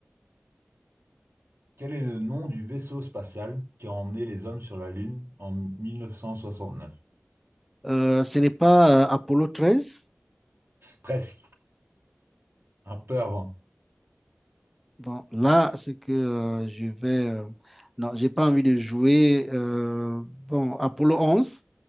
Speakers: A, on the right (about 60°); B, in the centre.
A: quel est le nom du vaisseau spatial qui a emmené les hommes sur la Lune en 1969?
B: Euh, ce n'est pas euh, Apollo treize
A: Presque, un peu avant.
B: Bon, là, ce que euh, je vais... euh, non, j'ai pas envie de jouer. euh, bon, Apollo onze